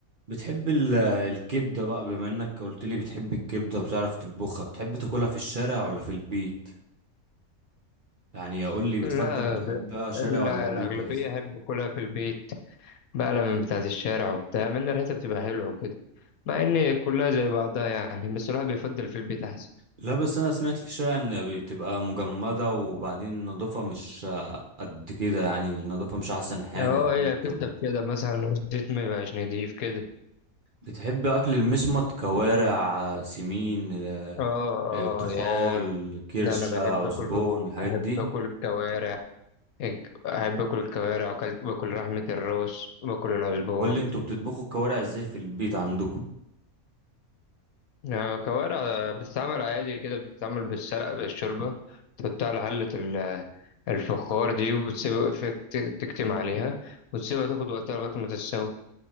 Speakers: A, on the right; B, on the left.
A: بتحب ال- الكبدة بقى بما انك قلت لي بتحب الكبدة بتعرف تطبخها بتحب تاكلها في الشارع ولا في البيت يعني اقول لي بتفضل
B: لا
A: بتحبها شارع
B: لا
A: ولا بيت
B: الأغلبية
A: احسن
B: أحب أكلها في البيت بقلة من بتاعة الشارع وبتاع من ريحتها بتبقى حلوة وكده مع إن كلها زي بعضها يعني بس الواحد بيفضل في البيت أحسن
A: لا بس انا سمعت في الشارع ان بتبقى مجمدة وبعدين النظافة مش قد كده يعني النظافة مش احسن حاجة
B: اه
A: اكيد
B: هي كتف
A: طبعا
B: كده مثلا والزيت ما يبقاش نضيف كده
A: بتحب اكل المسمط كوارع سمين آه،
B: اه
A: الطحال
B: اه يا
A: كرشة
B: ده أنا بحب
A: عزبون
B: آكل بط-
A: الحاجات
B: بحب
A: دي
B: آكل الكوارع إك- بحب آكل الكوارع وأكلت باكل لحمة الراس باكل العزبون
A: قول لي انتوا بتطبخوا الكوارع ازاي في البيت عندكم
B: آه، كوارع بتتعمل عادي كده بتتعمل بالسلق بالشوربة تحطها على حلة ال- الفخار دي وتسيبها في- تك- تكتم عليها وتسيبها تاخد وقتها لغاية ما تستوي